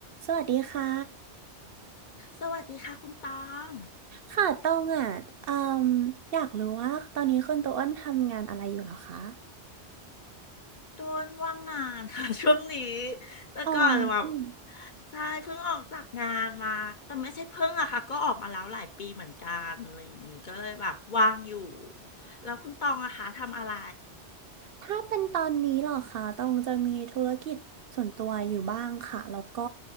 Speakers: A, on the right; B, on the left.
A: สวัสดีค่ะ
B: สวัสดีค่ะคุณตอง
A: ค่ะตองอ่ะเอ่มอยากรู้ว่าตอนนี้คุณโตอ้นทำงานอะไรอยู่เหรอคะ
B: โดนว่างงานค่ะ <laughs> ช่วงนี้แต่ก่อนแบบ
A: อ๋ออืม
B: ใช่เพิ่งออกจากงานมา แต่ไม่ใช่เพิ่งอะค่ะก็ออกมาแล้วหลายปีเหมือนกันอะไรอย่างงี้ก็เลยแบบว่างอยู่แล้วคุณตองอะคะทำอะไร
A: ถ้าเป็นตอนนี้เหรอคะตองจะมีธุรกิจส่วนตัวอยู่บ้างค่ะ แล้วก็